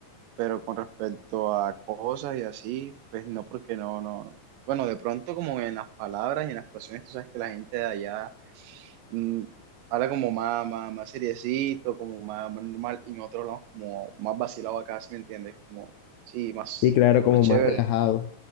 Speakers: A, on the right; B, on the left.
A: pero con respecto a cosas y así, pues no, porque no, no, bueno, de pronto como en las palabras y en las expresiones, tú sabes que la gente de allá mm, habla como más, más, más seriecito, como más, más normal, y nosotros hablamos como más vacilado acá, si me entiendes? Como, sí, más,
B: sí claro, como
A: más chévere,
B: más relajado.